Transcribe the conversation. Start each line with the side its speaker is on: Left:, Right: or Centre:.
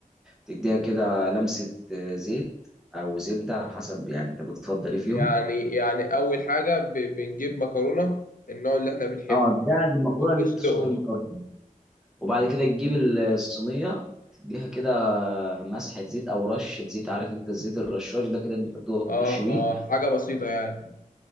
Centre: تديها كده لمسه آه، زيت او زبده على حسب يعني انت بتفضل ايه فيهم
Left: يعني يعني أول حاجة ب- بنجيب مكرونة النوع اللي إحنا بنحبه
Centre: اه تجهز المكرونه
Left: وبنسلقه
Centre: ان انت تسلق المكرونه وبعد كده تجيب الصينيه تديها كده مسحه زيت او رشه زيت عارف انت الزيت الرشاش ده كده اللي انت بتقعد ترش
Left: آه
Centre: بيه
Left: آه حاجة بسيطة يعني